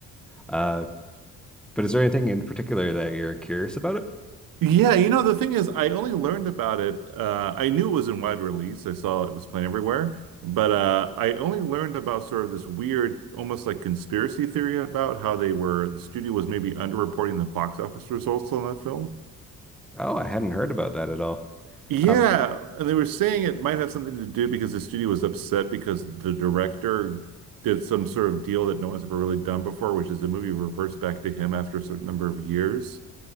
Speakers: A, in the centre; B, on the right.
A: Uh, but is there anything in particular that you're curious about it?
B: Yeah, you know, the thing is, I only learned about it. Uh, I knew it was in wide release. I saw it was playing everywhere, but uh, I only learned about sort of this weird, almost like conspiracy theory about how they were, the studio was maybe underreporting the box office results on that film.
A: Oh, I hadn't heard about that at all.
B: Yeah,
A: Um,
B: and they were saying it might have something to do because the studio was upset because the director did some sort of deal that no one's ever really done before, which is the movie reverts back to him after a certain number of years.